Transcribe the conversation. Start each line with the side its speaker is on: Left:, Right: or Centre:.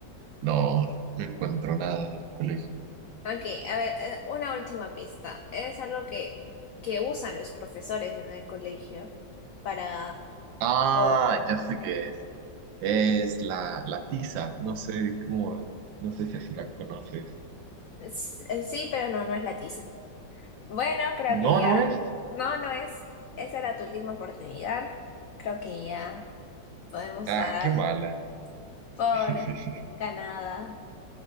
Right: no, no encuentro nada en el colegio.
Left: Ok, a ver, eh, una última pista. Es algo que, que usan los profesores en el colegio para...
Right: Ah,
Left: po-
Right: ya sé qué es. Es la, la tiza. No sé cómo, no sé si así la conoces.
Left: s- eh, Sí, pero no, no es la tiza. Bueno, creo
Right: No,
Left: que ya...
Right: no es.
Left: No, no es. Esa era tu última oportunidad. Creo que ya podemos
Right: Ah,
Left: dar
Right: qué mala.
Left: por
Right: <laughs>
Left: ganada